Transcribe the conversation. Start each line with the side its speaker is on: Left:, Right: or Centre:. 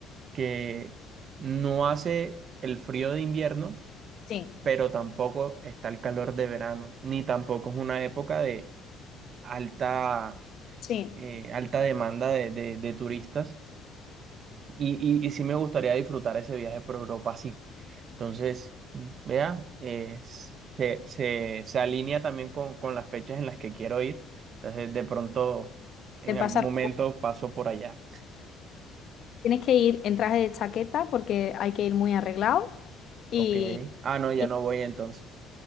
Right: que no hace el frío de invierno,
Left: Sí,
Right: pero tampoco está el calor de verano, ni tampoco es una época de alta
Left: sí,
Right: eh, alta demanda de, de- de turistas y, y, y sí me gustaría disfrutar ese viaje por Europa, sí. Entonces, vea, eh, se, se, se alinea también con, con las fechas en las que quiero ir. Entonces, de pronto, en
Left: te pasa.
Right: algún momento paso por allá.
Left: Tienes que ir en traje de chaqueta porque hay que ir muy arreglado y,
Right: Ok. Ah, no, ya
Left: y-
Right: no voy entonces.